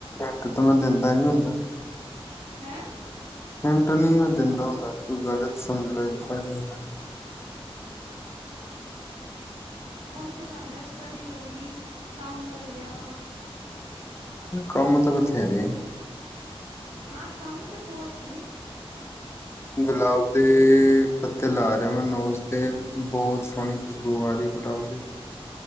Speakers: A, on the left; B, on the right.
A: ਹਿੰਟ ਤਾਂ ਮੈਂ ਦਿੰਦਾ ਨੀ ਹੁੰਦਾ
B: ਹੈ?
A: ਹਿੰਟ ਨੀ ਮੈਂ ਦਿੰਦਾ ਹੁੰਦਾ ਕੋਈ ਗਲਤ ਸਮਝ ਲਏ ਤਾਂ ਫਾਇਦਾ
B: ਸਭ ਕੁਛ ਆਂਦਾ। ਸਟੱਡੀ ਹੋ ਗਈ, ਕੰਮ ਹੋ ਗਿਆ।
A: ਕਮ ਤੇ ਬਥੇਰੇ।
B: ਹਾਂ ਕੰਮ ਤੇ ਬੋਤ ਨੇ।
A: ਗੁਲਾਬ ਦੇ ਪੱਤੇ ਲਾ ਮੈ ਨੌਜ ਤੇ ਬਹੁਤ ਸੋਹਣੀ ਖੁਸ਼ਬੂ ਆ ਰਹੀ ਗ਼ੁਲਾਬ ਦੀ